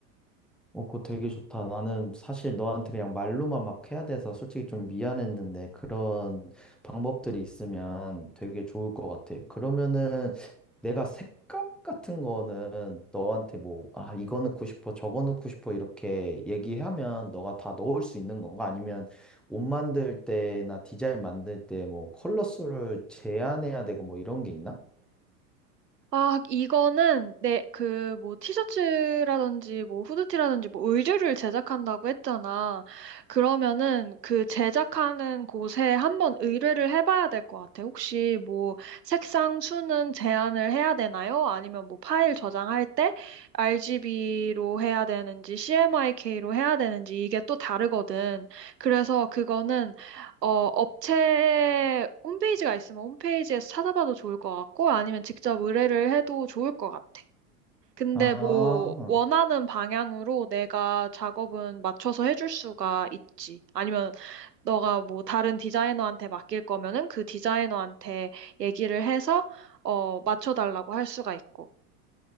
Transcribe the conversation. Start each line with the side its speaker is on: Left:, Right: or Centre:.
Centre: 어, 그거 되게 좋다. 나는 사실 너한테 그냥 말로만 막 해야 돼서 솔직히 좀 미안했는데 그런 방법들이 있으면 되게 좋을 것 같아. 그러면은 내가 색깔 같은 거는 너한테 뭐, 아, 이거 넣고 싶어, 저거 넣고 싶어 이렇게 얘기하면 너가 다 넣을 수 있는 건가? 아니면 옷 만들 때나 디자인 만들 때 뭐 컬러 수를 제한해야 되고 뭐 이런 게 있나?
Right: 아, 이거는 내 그 뭐 티셔츠라든지 뭐 후드티라든지 뭐 의류를 제작한다고 했잖아. 그러면은 그 제작하는 곳에 한번 의뢰를 해봐야 될 것 같아. 혹시 뭐 색상 수는 제한을 해야 되나요? 아니면 뭐 파일 저장할 때 RGB로 해야 되는지 CMYK로 해야 되는지 이게 또 다르거든. 그래서 그거는 어, 업체 홈페이지가 있으면 홈페이지에서 찾아봐도 좋을 것 같고, 아니면 직접 의뢰를 해도 좋을 것 같아. 근데
Centre: 아.
Right: 뭐, 원하는 방향으로 내가 작업은 맞춰서 해줄 수가 있지. 아니면 너가 뭐 다른 디자이너한테 맡길 거면은 그 디자이너한테 얘기를 해서, 어, 맞춰달라고 할 수가 있고.